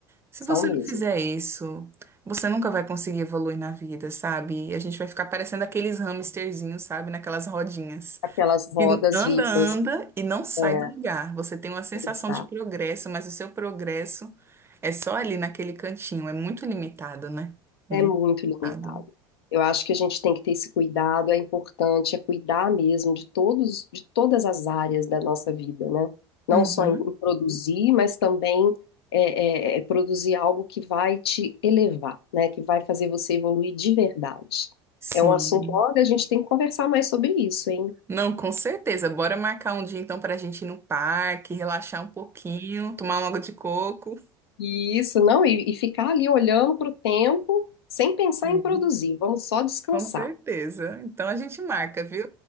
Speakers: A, on the right (about 20°); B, on the left (about 75°).
A: se
B: são
A: você
B: mesmo.
A: não fizer isso, você nunca vai conseguir evoluir na vida, sabe? E a gente vai ficar parecendo aqueles hamsterzinhos, sabe? Naquelas rodinhas.
B: Aquelas rodas
A: que anda,
B: vivas.
A: anda e não sai
B: é,
A: do lugar. Você tem uma sensação
B: Exato.
A: de progresso, mas o seu progresso é só ali naquele cantinho. É muito limitado, né? Muito
B: É muito
A: limitado.
B: limitado. Eu acho que a gente tem que ter esse cuidado, é importante, é cuidar mesmo de todos, de todas as áreas da nossa vida, né? Não
A: Uhum.
B: só em em produzir, mas também é, é, é produzir algo que vai te elevar, né? Que vai fazer você evoluir de verdade.
A: Sim,
B: É um assunto, olha, a gente tem que conversar mais sobre isso, hein?
A: não, com certeza. Bora marcar um dia então para a gente ir no parque, relaxar um pouquinho, tomar um água de coco.
B: E Isso, não, e, e ficar ali olhando para o tempo sem pensar
A: Sim,
B: em produzir, vamos só descansar.
A: com certeza. Então a gente marca, viu?